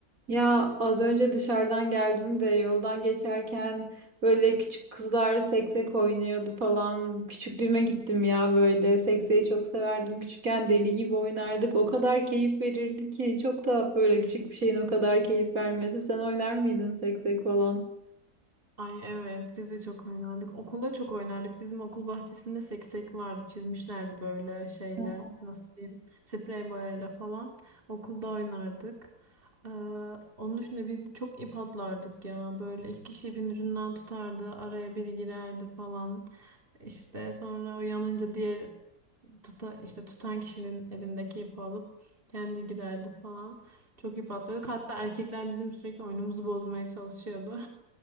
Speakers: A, on the right; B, on the right.
A: Ya az önce dışarıdan geldim de yoldan geçerken böyle küçük kızlar seksek oynuyordu falan. Küçüklüğüme gittim ya böyle. Sekseyi çok severdim. Küçükken deli gibi oynardık. O kadar keyif verirdi ki. Çok tuhaf böyle küçük bir şeyin o kadar keyif vermesi. Sen oynar mıydın seksek falan?
B: Ay evet biz de çok oynardık. Okulda çok oynardık. Bizim okul bahçesinde seksek vardı. Çizmişlerdi böyle şeyle
A: <laughs>
B: nasıl diyeyim sprey boyayla falan. Okulda oynardık. Ee, onun dışında biz de çok ip atlardık ya. Böyle iki kişi ipin ucundan tutardı. Araya biri girerdi falan. İşte sonra uyanınca diğer tuta, işte tutan kişinin elindeki ipi alıp kendi girerdi falan. Çok ip atlıyorduk. Hatta erkekler bizim sürekli oyunumuzu bozmaya çalışıyordu.